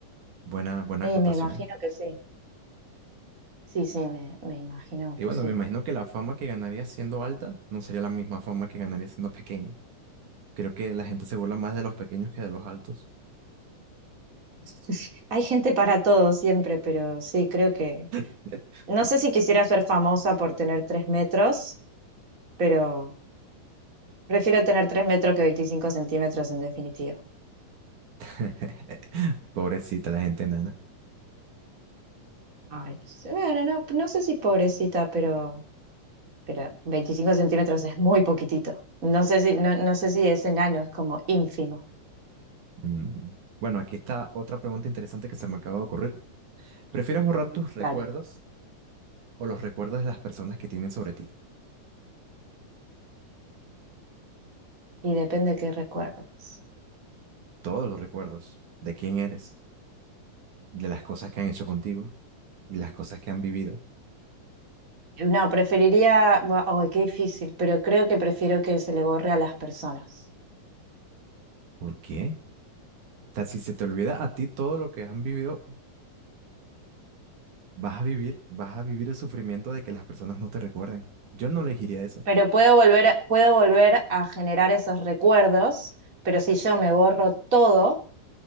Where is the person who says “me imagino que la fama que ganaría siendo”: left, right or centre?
Right